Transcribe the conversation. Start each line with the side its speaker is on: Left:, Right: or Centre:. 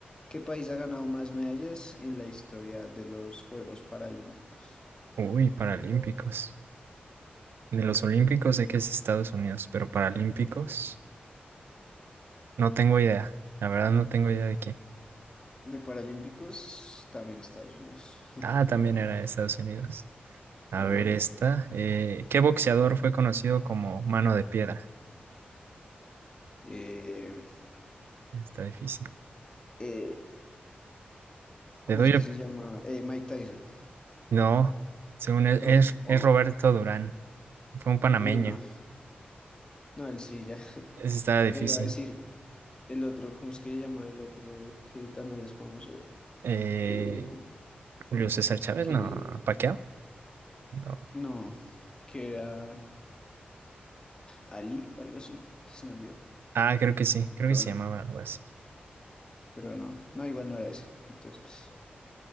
Left: ¿Qué país ha ganado más medallas en la historia de los Juegos Paralímpicos?
Right: Uy, paralímpicos. De los olímpicos sé que es Estados Unidos, pero paralímpicos no tengo idea. La verdad no tengo idea de quién.
Left: De Paralímpicos, también Estados Unidos. <laughs>
Right: Ah, también era de Estados Unidos. A
Left: Ajá.
Right: ver esta, eh, ¿qué boxeador fue conocido como Mano de Piedra?
Left: Eh,
Right: Está difícil.
Left: eh, ¿cómo
Right: Te doy,
Left: es que
Right: op-
Left: se llama? Eh, Mike Tyson,
Right: no, según él,
Left: ¿no?
Right: es,
Left: Mo-
Right: es Roberto Durán. Fue un panameño.
Left: Uy, no. No, él sí ya. <laughs>
Right: Ese estaba difícil.
Left: No iba a decir el otro, ¿cómo es que se llama el otro que también es famoso?
Right: Eh,
Left: Em,
Right: Julio César Chávez,
Left: que
Right: no. Paquiao No.
Left: no, que era. Ali, algo así. <laughs> Se me olvidó.
Right: Ah, creo que sí. Creo
Left: Pero
Right: que se
Left: bueno,
Right: llamaba algo así.
Left: pero no. No, igual no era ese. Entonces, pues.